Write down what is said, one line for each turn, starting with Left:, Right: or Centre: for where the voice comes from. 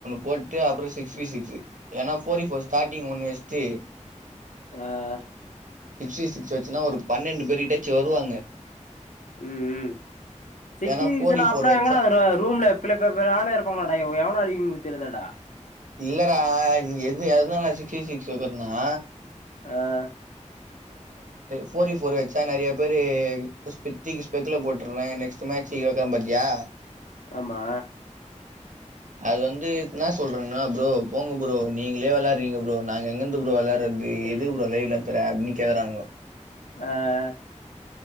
Right: போட்டு அப்புறம் சிக்ஸ் சிக்ஸ் ஏா போர் போோர் ஸ்டி் ஒு வேஸ்டு
Left: ஆஹ்
Right: சிக்ஸ்டி சிக்ஸ் வச்சுன்னா ஒரு பன்னெண்டு பேரு கிட்டாச்சு வருவாங்க
Left: உம் உம் சிகச்சி
Right: ஏன்னா ஃபோர்டி
Left: அப்பும்
Right: ஃபோர் வச்ச
Left: எங்கடா ரூம்ல இருப்பாங்களாடா எவளோ அடிங்களுக்கு தெரியதாடா
Right: இல்லட எது எதுனால சிகஸி சிக் வக்கறனா
Left: ஆஹ்
Right: போர் வச்சா நிறைய பேருஸ்பெக்ல போட்டுறேன் நெக்ஸ்ட்ி யோக்கரம்ம்பத்தியா
Left: ஆமா
Right: அது வந்துனான் சொல்றேங்கன்னா ப்ரோ போங்க ப்ரோ நீங்களே விளாடுறீங்க ப்ரோ நாங்க எங்கந்த பரம்ளாறது எதுக்கு பம் லைவ விளாற அப்பின்னு கேறானங்க
Left: ஆஹ்